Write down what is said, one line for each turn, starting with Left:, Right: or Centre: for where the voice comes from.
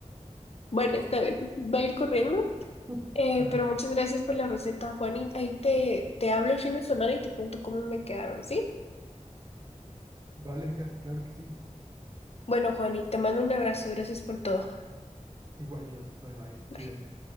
Left: Bueno,
Right: Oh,
Left: está bien. Voy a ir corriendo
Right: <laughs>
Left: Eh,
Right: ajá.
Left: pero muchas gracias por la receta, Juan. Y ahí te, te hablo el fin de semana y te cuento cómo me quedaron, ¿sí?
Right: Vale, Kat, claro que sí.
Left: Bueno, Juan, y te mando un abrazo. Gracias por todo.
Right: Igual yo. Bye bye.
Left: Bye.
Right: Cuídate.